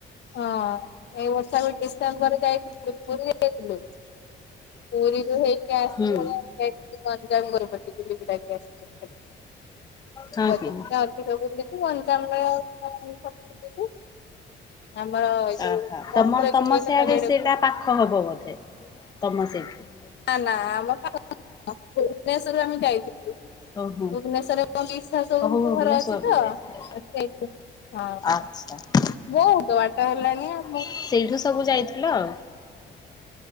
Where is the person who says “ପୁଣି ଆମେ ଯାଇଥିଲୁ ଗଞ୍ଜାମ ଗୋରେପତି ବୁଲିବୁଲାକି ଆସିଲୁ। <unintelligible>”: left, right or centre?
Left